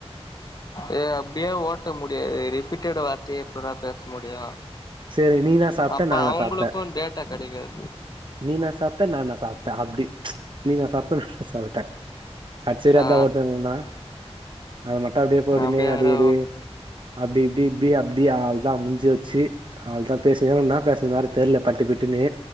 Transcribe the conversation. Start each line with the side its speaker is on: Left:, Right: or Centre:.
Left: ஏ அப்டியே ஓட்ட முடியாது ரிப்பீட்டட் வார்த்தையே எப்பற்ற பேச முடியு
Right: சேரி நீ என்னா சாப்ட்ட
Left: அப்ப
Right: நா என்னா
Left: அவுங்களுக்கு
Right: சாப்ட்டே
Left: டேட்டா கெடைக்காது
Right: நீ நா சாப்ட்ட நானா சாப்ட்ட அப்டி நீ நா சாப்ட்ட நானா சாப்ட்ட கட்சி வரியு
Left: ஆ
Right: அதா ஓட்ண நனா அத மட்டு அப்டியே போட்டனே
Left: அப்படியே
Right: அடி
Left: வேற
Right: அடி அப்டி இப்டி இப்டி அப்டி அவ்ள்தா முஞ்சு வச்சு அவ்ள்தா பேசுங்கன்னா னா பேசனு வேற தெர்ல பட்டுபட்டுன்னு